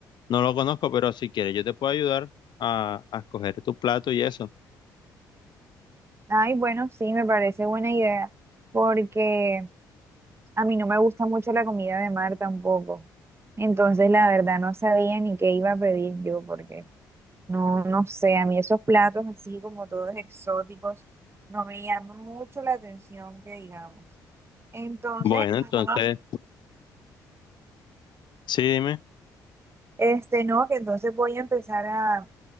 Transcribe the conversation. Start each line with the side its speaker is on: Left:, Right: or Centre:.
Left: no lo conozco, pero si quieres, yo te puedo ayudar a, a escoger tu plato y eso.
Right: Ay, bueno, sí, me parece buena idea, porque a mí no me gusta mucho la comida de mar tampoco. Entonces, la verdad, no sabía ni qué iba a pedir yo, porque no, no sé, a mí esos platos así como todos exóticos no me llaman mucho la atención, que digamos. Entonces,
Left: Bueno, entonces,
Right: no,
Left: sí, dime.
Right: este, no, que entonces voy a empezar a